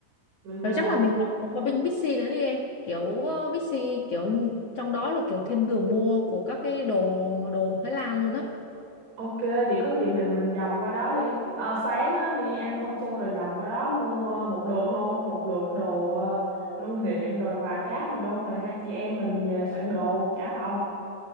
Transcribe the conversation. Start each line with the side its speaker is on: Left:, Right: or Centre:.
Right: mình
Left: Rồi
Right: à,
Left: chắc là mình còn còn có bên Bixi nữa đi em. Kiểu ờ, Bixi kiểu trong đó là kiểu thiên đường mua của các cái đồ đồ Thái Lan luôn á.
Right: Ok, vậy có gì mình mình vòng qua đó đi. Ờ, sáng á, đi ăn xong xuôi rồi vòng qua đó mua ờ, một lượt luôn, một lượt đồ ờ, lưu niệm rồi quà cáp gì luôn rồi hai chị em mình về soạn đồ trả phòng.